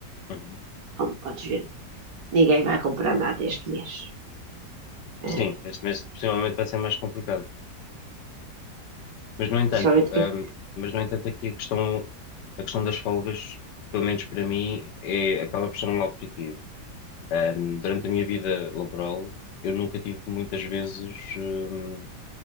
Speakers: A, on the left; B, on the right.
A: Uhum.
B: Como podes ver, ninguém vai comprar nada este mês. Ah,
A: Sim, este mês possivelmente vai ser mais complicado. Mas no entanto,
B: Principalmente
A: ahm,
B: que.
A: mas no entanto aqui a questão, a questão das folgas, pelo menos para mim, é, acaba por ser um lado positivo Ahm, durante a minha vida laboral, eu nunca tive muitas vezes, ahm,